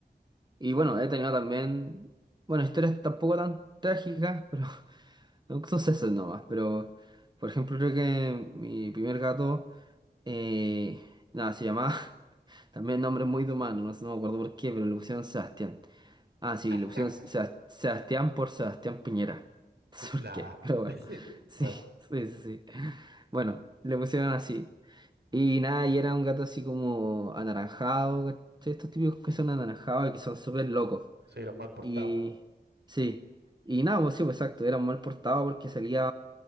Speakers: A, on the right (about 25°); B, on the right (about 75°).
A: Y bueno, he tenido también, bueno, historias tampoco tan trágicas, pero <laughs> son sucesos nomás. Pero, por ejemplo, creo que mi primer gato, eh, nada, se llamaba, <laughs> también nombre muy de humano, no sé, no me acuerdo por qué, pero le pusieron Sebastián. Ah, sí,
B: <laughs>
A: le pusieron Sebas- Sebastián por Sebastián Piñera. <laughs> No sé
B: Nah.
A: por qué, pero bueno,
B: <laughs>
A: <laughs> sí,
B: Bueno,
A: sí, sí, sí. Bueno, le pusieron así. Y nada, y era un gato así como anaranjado, ¿cachai? Estos típicos que son anaranjados y que son súper locos.
B: soy los mal portados.
A: Y sí, y nada, pues sí, pues exacto, era mal portado porque salía,